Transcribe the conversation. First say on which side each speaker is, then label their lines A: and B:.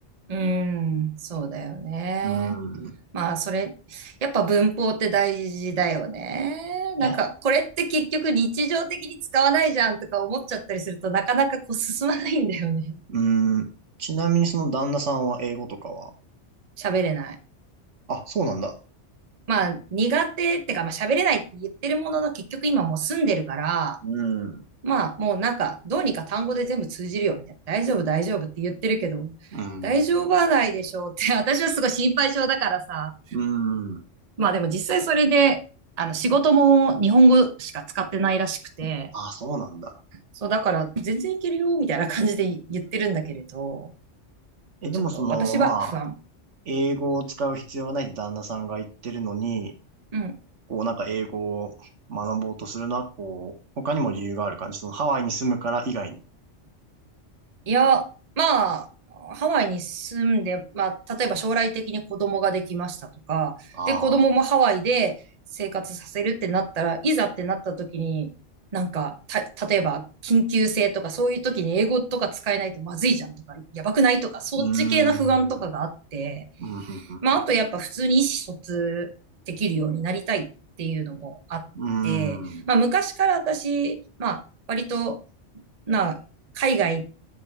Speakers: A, on the right (about 35°); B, on the right (about 75°).
A: うん、そうだよね。
B: うん。
A: まあそれ、やっぱ文法って大事だよね。
B: いや
A: なんかこれって結局日常的に使わないじゃんとか思っちゃったりするとなかなかこう進まないんだよね。
B: うーん。ちなみにその旦那さんは英語とかは
A: 喋れない。
B: あ、そうなんだ。
A: まあ、苦手ってか、まあ、喋れないって言ってるものの、結局今もう住んでるから、
B: うん。う
A: まあ、もうなんか、どうにか単語で全部通じるよ、みたいな。大丈夫、大丈夫って言ってるけど、
B: ーん。
A: 大丈夫はないでしょうって、私はすごい心配性だからさ。
B: うーん。
A: まあでも実際それで、あの、仕事も日本語しか使ってないらしくて、
B: あ、そうなんだ。
A: そう、だから全然いけるよ、みたいな感じで言ってるんだけれど、
B: え、でもその、
A: ちょっと私は不安。
B: まあ、英語を使う必要はないって旦那さんが言ってるのに、
A: うん。
B: こうなんか英語を学ぼうとするのは、こう、他にも理由がある感じ。そのハワイに住むから以外に。
A: いや、まあ、ハワイに住んで、まあ、例えば将来的に子供ができましたとか、
B: ああ。
A: で、子供もハワイで生活させるってなったら、いざってなった時に、なんか、た、例えば、緊急性とか、そういう時に英語とか使えないとまずいじゃんとか、やばくないとか、そっち系の不安とかがあって、
B: うーん。うん、ふんふんふん。
A: まあ、あとやっぱ普通に意思疎通できるようになりたいっていうのもあって、
B: うーん。
A: まあ、昔から私、まあ、割と、まあ、海外